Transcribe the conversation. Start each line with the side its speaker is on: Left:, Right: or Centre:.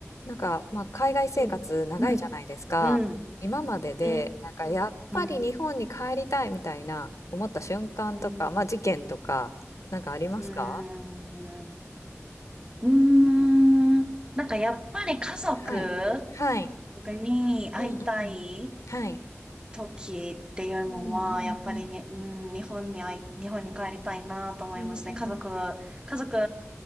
Left: なんか、まあ、海外生活長いじゃないですか。
Right: いい。うん、うん、
Left: 今までで、
Right: う
Left: なんかやっぱり日本に帰りたいみたいな思った瞬間とか、
Right: ーん、うーん、
Left: まあ、事件とか、なんかありますか
Right: うーん、うーんなんかやっぱり家族
Left: はい。はい。
Right: に会いたい
Left: うんうん。はい。
Right: 時っていうのは、
Left: うんうん
Right: やっぱりね、うん、日本に会い、日本に帰りたいなと思いますね。
Left: うん。うんうん。
Right: 家族、家族、